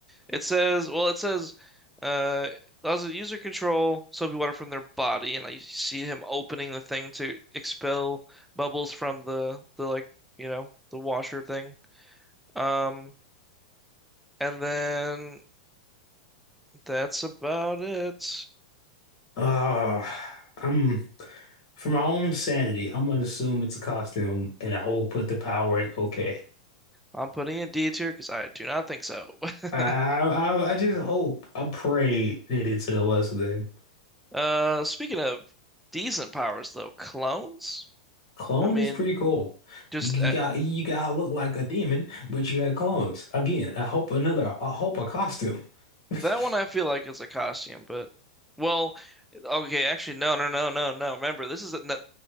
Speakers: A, in the centre; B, on the left.
A: It says, well, it says, uh, allows the user control soapy water from their body, and I see him opening the thing to expel bubbles from the the like, you know, the washer thing. Um, and then that's about it.
B: uh, I'm for my own sanity. I'm gonna assume it's a costume, and I will put the power in. Okay.
A: I'm putting a D tier because I do not think so. <laughs>
B: I, I I just hope I pray that it's a what's the name?
A: Uh, speaking of decent powers though, clones.
B: Clone
A: I mean,
B: is pretty cool.
A: just
B: You, you
A: uh,
B: got you gotta look like a demon, but you got clones. Again, I hope another I hope a costume. <laughs>
A: That one I feel like is a costume, but well, okay, actually no, no, no, no, no. Remember, this is a, no,